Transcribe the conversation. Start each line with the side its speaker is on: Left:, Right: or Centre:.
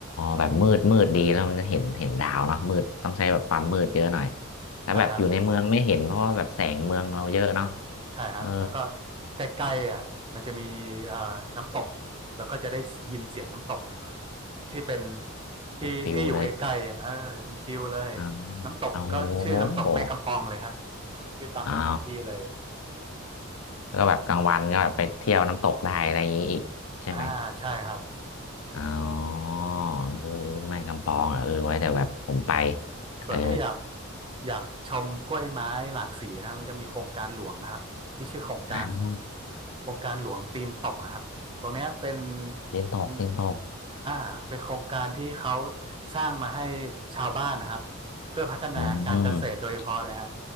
Left: แบบมืดมืดดีแล้วมันจะเห็นเห็นดาวเนาะมืดต้องใช้แบบความมืดเยอะหน่อยแต่แบบอยู่ในเมืองไม่เห็นเพราะว่าแบบแสงเมืองเราเยอะเนาะ
Right: ใช่ครับใช่ครับแล้วก็
Left: เออ
Right: ใกล้ๆอ่ะมันจะมีอ่าน้ำตกแล้วก็จะได้ยินเสียงน้ำตกที่เป็นที่ที่อยู่ใกล้ๆอ่ะเออเป็นฟิลเลย
Left: ได้ฟิลเลยอ่า
Right: น้ำตกก็ชื่อน้ำตกแม่กำปองเลยฮะ
Left: โอ้โห
Right: ชื่อตามสถานที่เลย
Left: อ๋อแล้วก็แบบกลางวันก็แบบไปเที่ยวน้ำตกได้อะไรอย่างนี้อีกใช่ไหม
Right: อ่าใช่ครับ
Left: อ๋อเออแม่กำปองเหรอเออไว้เดี๋ยวแบบผมไป
Right: ส่วนถ้าอยาก
Left: เออ
Right: อยากชมกล้วยไม้หลากสีนะมันจะมีโครงการหลวงนะครับที่ชื่อโครงการ
Left: อ่า
Right: โครงการหลวงตีนตกครับตรงเนี้ยเป็น
Left: เตียนตกเตียนตก
Right: เป็นอ่าเป็นโครงการที่เขาสร้างมาให้ชาวบ้านนะครับเพื่อพัฒนาการเกษตรโดยเฉพาะเลยฮะ
Left: อืม